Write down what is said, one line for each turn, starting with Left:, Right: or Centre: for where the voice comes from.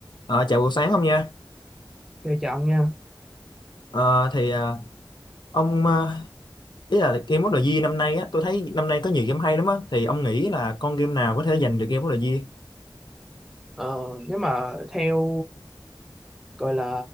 Left: Ờ, chào buổi sáng ông nha.
Centre: Chơi chọn nha.
Left: Ờ, thì ờ, ông ờ, ý là Game of the Year năm nay á, tôi thấy năm nay có nhiều game hay lắm á. Thì ông nghĩ là con game nào có thể giành được Game of the Year?
Centre: Ờ, nếu mà theo gọi là